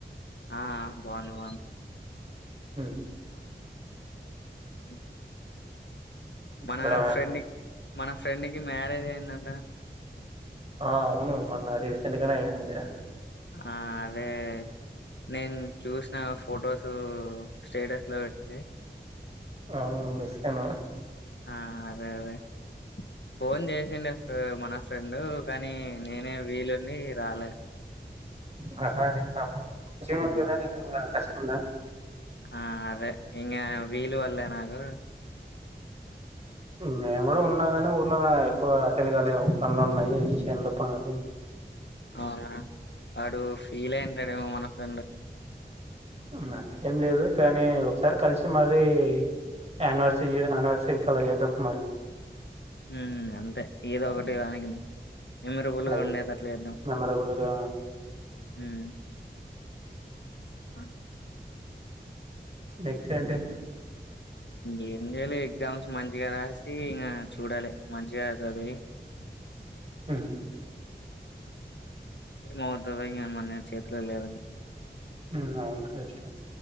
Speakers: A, on the left; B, on the right.
A: ఆ బాగుంది బాగుంది
B: హు
A: అ
B: ఇక్కడ
A: మన ఫ్రెండ్ మన ఫ్రెండ్కిి మ్యారేజ్ అయిందంట
B: ఆ అవును మొన్న రీసెంట్గానే అయింది
A: ఆ అవే నేను చూసిన ఫొటోస్ స్టేటస్ లో పెడితే
B: అవును నువ్వు మిస్ అయినావ్
A: ఆ అదే అదే ఫోన్ చేసిండ మన ఫ్రెండు కానీ నేనే వీలుండి రాలే
B: హా కొచింగ్ ఉంది కదా కష్టం ఉందా
A: ఆ అదే ఇంగ వీలు పడలే నాకు
B: మేము కూడా ఉన్నా కానీ ఊర్లో ఎక్కువ అటెండ్ కాలే పనులు ఉన్నాయి చేనులు పనులు
A: అవునా వాడు ఫీల్ అయ్యింటాడు మన ఫ్రెండ్
B: నాకేం అట్లేం లేదు కానీ ఒకసారి కలిసి మరిీ యానివర్సరీ అయానివర్సరీకి అలా చేద్దాం మళ్ళీ
A: హ్మ్మ్ అంతే ఏదో ఒకటి దానికింది మెమొరబుల్ గా
B: అదే
A: ఉండేటట్టు చేద్దాం
B: మెమరబుల్ గా
A: ఇంకా ఆ
B: నెక్స్ట్ ఏంటి
A: ఇంకేం లేదు ఎగ్జామ్స్ మంచిగా రాసి ఇంకా చూడాలి మంచిగా చదివి
B: హు
A: ఏమవుతదొ ఇంగా మన చేతిలో లేదని
B: ఉ అవును కష్ట